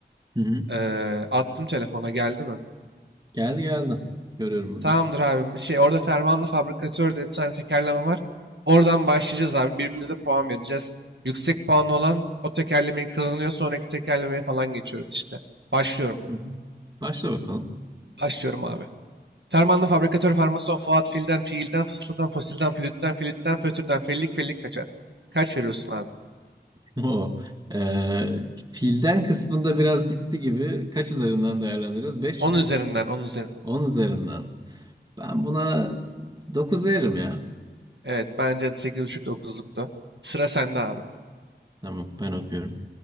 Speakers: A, on the right; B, on the right.
A: Hı hı.
B: Ee, attım telefona geldi mi?
A: Geldi geldi. Görüyorum burada.
B: Tamamdır abim. Şey orada Fermanlı Fabrikatör diye bir tane tekerleme var. Oradan başlayacağız abi. Birbirimize puan vereceğiz. Yüksek puanlı olan o tekerlemeyi kazanıyor. Sonraki tekerlemeye falan geçiyoruz işte. Başlıyorum.
A: Hı hı. Başla bakalım.
B: Başlıyorum abi. Fermanlı fabrikatör farmason Fuat filden, fiilden, fısıldan, fosilden, flütten, flütten, fötürden, fellik, fellik kaçar. Kaç veriyorsun abi?
A: <laughs> Oo. Ee, filden kısmında biraz gitti gibi. Kaç üzerinden değerlendiriyoruz? 5
B: 10
A: mi?
B: üzerinden, on üzerinden.
A: 10 üzerinden. Ben buna 9 veririm ya.
B: Evet, bence 8.5-9'luktu. Sıra sende abi.
A: Tamam ben okuyorum.